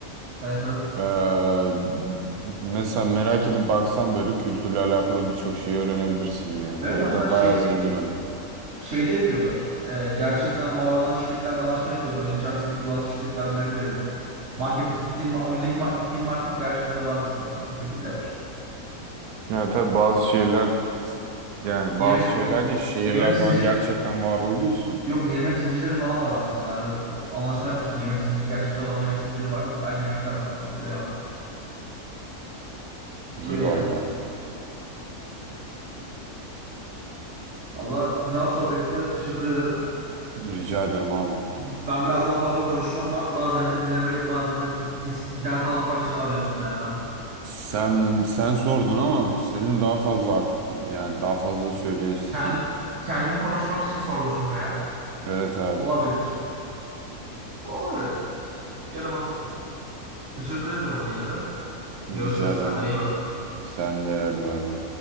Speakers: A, on the right; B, on the right.
A: Evet evet.
B: Ee, mesela merak edip baksan böyle kültürle alakalı birçok şeyi öğrenebilirsin yani.
A: Evet
B: O yüzden
A: hatta şey
B: bayağı zengin oyun.
A: Şeyde yapıyorlar. E, gerçekten var olan şirketlerle anlaşma yapıyorlar. Oyun içerisindeki bazı şirketler direkt öyle. Market gittiğim ma- oyundaki mar- gittiğim market gerçekten de var mesela. O şekilde yapmışlar.
B: Ya tabii bazı şehirler yani
A: Yemek
B: bazı
A: y-
B: şehirler değil şehirler
A: yemek zincir
B: falan gerçekten var olduğu için.
A: yok yemek zincirleri falan da var mesela. Hani o- anlaşma yapmışlar. Yemek zinciri gerçekte olan yemek zinciri var. Aynı yemekler var falan. Öyle
B: İyi
A: öyle
B: valla.
A: yani. Valla güzel sohbetti. Teşekkür ederim.
B: Rica ederim abi.
A: Ben biraz daha fazla konuştum ama bazen de dinleme, bazen de ins- dert anlatmak için arıyorsun yani.
B: Sen sen sordun ama senin daha fazla ak- yani daha fazla söyleyesin.
A: Kendi, kendim konuşmak için sormuşum meğer.
B: Evet abi.
A: Olabilir. Olur öyle. Yaramazlık yok. Teşekkür ederim ama yine de. Görüşürüz.
B: Rica ederim
A: Kendine
B: abi.
A: iyi bak.
B: Sen de hadi bay bay.